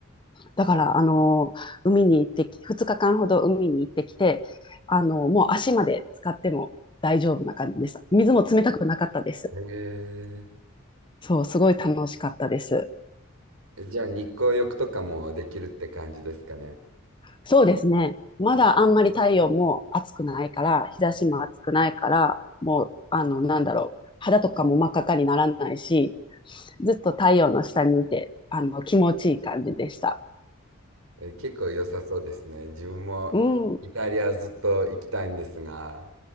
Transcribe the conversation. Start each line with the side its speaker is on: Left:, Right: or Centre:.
Left: だから、あのー海に行ってき、2日間ほど海に行ってきて、あのーもう足まで使っても大丈夫な感じでした。水も冷たくなかったです。
Right: え
Left: そう、すごい楽しかったです。
Right: ー、じゃあ日光浴とかもできるって感じですかね。
Left: そうですね。まだあんまり太陽も暑くないから、日差しも暑くないから、もう、あの、なんだろう、肌とかも真っ赤っかにならないし、ずっと太陽の下にいて、あの、気持ちいい感じでした。
Right: え結構良さそうですね。自分もイタリアずっと行きたいんですが、
Left: うん、